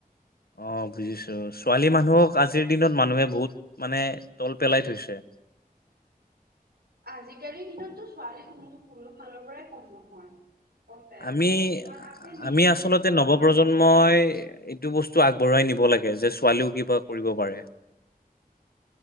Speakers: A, on the left (about 75°); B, on the right (about 75°).
A: অ', বুজিছোঁ, ছোৱালী মানুহক আজিৰ দিনত মানুহে বহুত মানে তল পেলাই থৈছে।
B: আজিকালিৰ দিনতটো ছোৱালী কোনো কোনো ফালৰ পৰাই কম নহয়।
A: আমি,
B: মানে কিছুমান
A: আআ',
B: আছে
A: -আমি
B: মিছজিনিছ
A: আচলতে নৱপ্ৰজন্ম।
B: মানে
A: মই, এইটো বস্তু আগবঢ়ুৱাই নিব লাগে যে, ছোৱালীও কিবা কৰিব পাৰে।